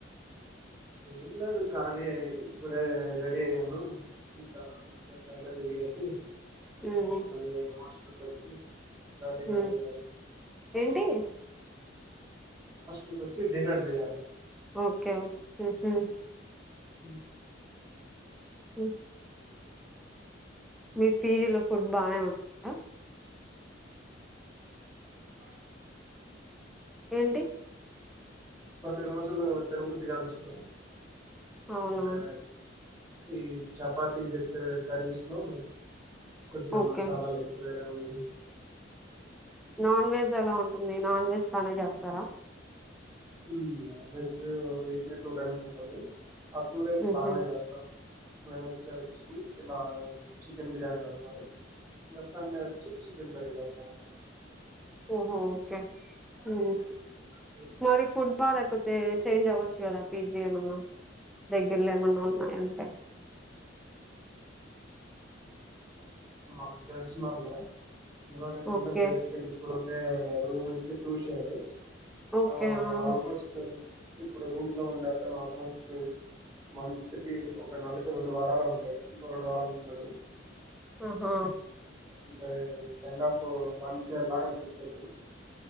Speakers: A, on the right; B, in the centre.
A: ఏం లేదు కాలియే ఇప్పుడే రెడి అయ్యాను ఇంకా కాసేపు బయట తిరిగి తేసి
B: ఉమ్
A: మళ్ళీ హాస్టల్కి వచ్చి ఇంకా డిన్నర్
B: అ
A: చేయాలి
B: ఏంటి
A: ఇంకొచ్చి డిన్నర్ చేయాలి
B: ఓకే ఉహు
A: ఉ
B: ఉ మీ పీజీలో ఫుడ్ బానే ఉంటుదా
A: బ
B: ఏంటి
A: కొన్ని రోజులు తిినముద్ది కాదుసలు
B: అవునా
A: అంటే ఈ చపాతి చేసే కర్రీస్ లో కొద్దిగా
B: ఓకే
A: మసాలాలు ఎక్కువ కాని
B: నాన్ వెజ్ ఎలా ఉంటుంది నాన్ వెజ్ బానే చేస్తారా
A: ఉ non veg weekly two times ఉంటది ఆ టూ డేస్
B: ఉహు
A: బానే చేస్తారు వెడ్నెస్డే వచ్చి ఇలా చికెన్ బిర్యానీ పెడతారు ఇంక సండే వచ్చి చికెన్ బిర్యానీ పెడతార్ అనమాట
B: ఓహో ఓకే అహ
A: టూ డేస్ తినొచ్చు
B: మరి ఫుడ్ బాలేకపోతే చేంజ్ అవ్వచ్చు కదా పీజీ ఏమన్నా దగ్గర్లో ఏమన్నా ఉన్నా అంటె
A: మనకు తెలిసినోళ్లే ఇంకోటెంటంటే
B: ఓకే
A: బేసికల్ ఇప్పుడుండే రూమ్ వచ్చేసి టూ షేర్
B: ఓకే
A: ఆ
B: ఆహా
A: ఆల్మోస్ట్ ఇప్పుడు రూమ్ లో ఉండే అతను ఆల్మోస్ట్ మంత్ కి ఒక నెలకి రెండు వారాలె ఉంటాడు ఇంకో రెండు వారాలు ఉన్నాడు
B: ఆహా
A: ఇది కైండ్ ఆఫ్ వన్స్ ఇయర్ లాగా అనిపిస్తది